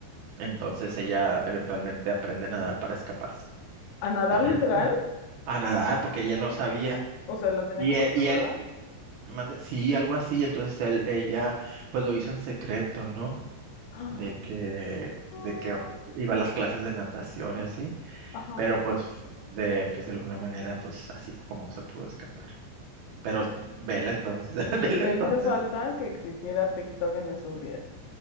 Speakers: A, on the right (about 70°); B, on the left (about 80°).
A: Entonces ella eventualmente aprende a nadar para escaparse.
B: ¿A nadar
A: Entonces,
B: literal?
A: <laughs> a nadar porque ella no sabía.
B: O sea, lo tenía
A: Y,
B: como
A: e-
B: encerrada.
A: y él, mande, sí, algo así. Entonces él, ella, pues lo hizo en secreto, ¿no?
B: <gasps> Ah,
A: de que,
B: ah,
A: de que iba a las clases de natación y así,
B: Ajá.
A: pero pues de, pues de alguna manera, pues así fue como se pudo escapar. Pero vela entonces, <laughs>
B: Le
A: vela entonces.
B: hizo falta que existiera TikTok en esos días,